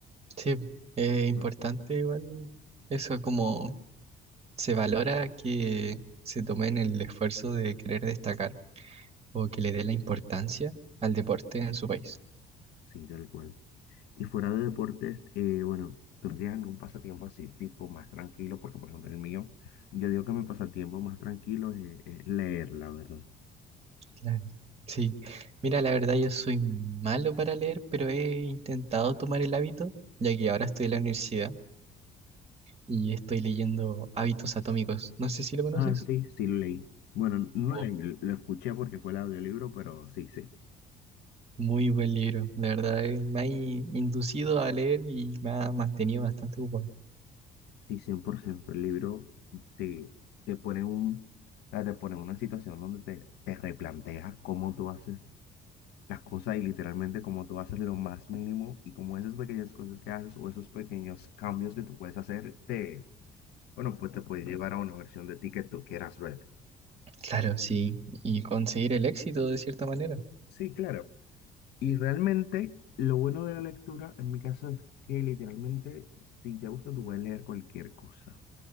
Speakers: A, on the right (about 40°); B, on the left (about 75°).
A: Sí, es importante
B: Ah,
A: igual eso como se valora que se tomen el esfuerzo de querer destacar o que le dé la importancia al deporte en su país.
B: Sí, tal cual. Y fuera de deportes, eh, bueno, ¿tú tienes algún pasatiempo así, tipo más tranquilo? Porque, por ejemplo, el mío, yo digo que mi pasatiempo más tranquilo es, es leer, la verdad.
A: Claro. Sí, mira, la verdad yo soy malo para leer, pero he intentado tomar el hábito, ya que ahora estoy en la universidad y estoy leyendo Hábitos Atómicos. No sé si lo conoces.
B: Ah, sí, sí lo leí. Bueno, no
A: Oh.
B: leí, lo lo escuché porque fue el audiolibro, pero sí, sí.
A: Muy buen libro, la verdad eh, me ha in- inducido a leer y me ha mantenido bastante ocupado.
B: Sí, cien por ciento El libro te, te pone un, o sea, te pone en una situación donde te, te replanteas cómo tú haces las cosas y literalmente como tú haces lo más mínimo y como esas pequeñas cosas que haces o esos pequeños cambios que tú puedes hacer, te, bueno, pues te puede llevar a una versión de ti que tú quieras ver.
A: Claro, sí, y conseguir el éxito de cierta manera.
B: Sí, claro. Y realmente lo bueno de la lectura, en mi caso, es que literalmente si te gusta, tú puedes leer cualquier cosa.